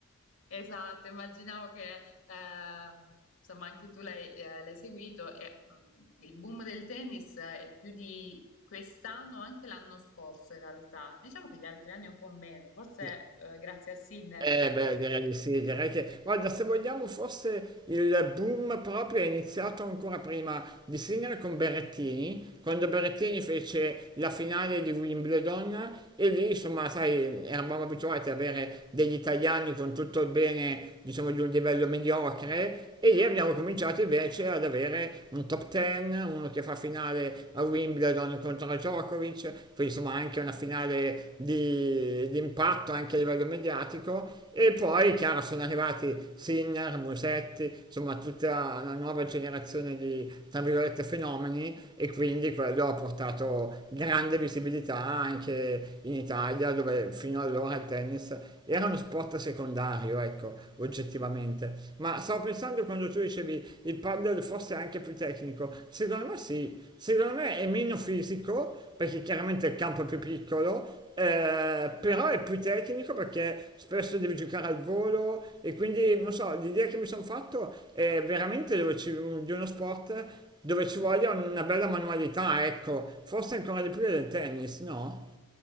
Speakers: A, on the left; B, on the right.
A: Esatto, immaginavo che ehm, insomma anche tu l'hai eh, l'hai seguito e mh, il boom del tennis è più di quest'anno, anche l'anno scorso in realtà. Diciamo che gli altri anni un po' meno, forse
B: Sì,
A: eh, grazie a Sinner
B: Eh
A: un po'.
B: beh, direi di sì, direi che, guarda, se vogliamo, forse il boom proprio è iniziato ancora prima di Sinner con Berrettini, quando Berrettini fece la finale di Wimbledon e lì, insomma, sai, eravamo abituati ad avere degli italiani con tutto il bene, diciamo, di un livello mediocre e lì abbiamo cominciato invece ad avere un top 10, uno che fa finale a Wimbledon Wimbledon contro Djokovic, poi insomma anche una finale di, di impatto anche a livello mediatico e poi chiaro sono arrivati Sinner, Musetti, insomma tutta la nuova generazione di tra virgolette fenomeni e quindi quello ha portato grande visibilità anche in Italia dove fino allora il tennis era uno sport secondario, ecco, oggettivamente ma stavo pensando quando tu dicevi il paddle forse è anche più tecnico, secondo me sì, secondo me è meno fisico perché chiaramente il campo è più piccolo, eh, però è più tecnico perché spesso devi giocare al volo e quindi non so, l'idea che mi sono fatto è veramente dove ci, di uno sport dove ci voglia una bella manualità, ecco, forse ancora di più del tennis, no?